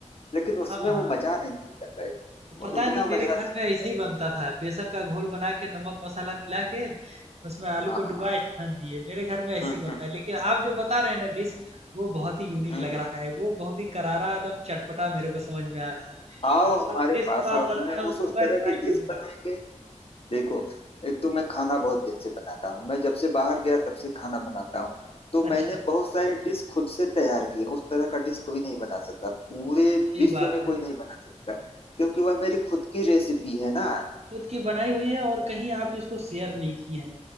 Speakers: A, on the left; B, on the right.
A: लेकिन
B: हाँ
A: उसमें
B: हाँ
A: वो मजा नहीं दिखता भाई वो
B: पता
A: उतना
B: नहीं मेरे
A: मजा
B: घर
A: नहीं दिखता
B: में ऐसे ही बनता था बेसन का घोल बना के नमक मसाला मिला के उसमें आलू
A: हाँ
B: को
A: हाँ
B: डुबाए
A: हाँ
B: छान दिए मेरे घर में ऐसे
A: हम्म
B: ही बनता
A: हम्म
B: है लेकिन आप जो बता रहे हैं ना डिश वो बहुत ही यूनिक
A: हम्म।
B: लग रहा है वो बहुत ही करारा एकदम चटपटा मेरे को समझ में आ रहा है
A: आओ
B: वो
A: हमारे
B: वाला डिश
A: पास
B: जो
A: आओ
B: आप बताए
A: तुम्हें उस
B: हैं उसको
A: उस
B: मैं
A: तरह
B: ट्राई
A: की डिश
B: करूंगा
A: बनाएंगे देखो एक तो मैं खाना बहुत दिन से बनाता हूँ मैं जब से बाहर गया तब से खाना बनाता हूँ तो मैंने
B: अच्छा अच्छा
A: बहुत सारी डिश खुद से तैयार की है उस तरह का डिश कोई नहीं बना सकता पूरे
B: सही
A: विश्व
B: बात
A: में
B: है।
A: कोई नहीं बना सकता क्योंकि वह मेरी खुद की रेसिपी है ना
B: खुद की बनाई हुई है और कहीं आप इसको शेयर नहीं किए हैं।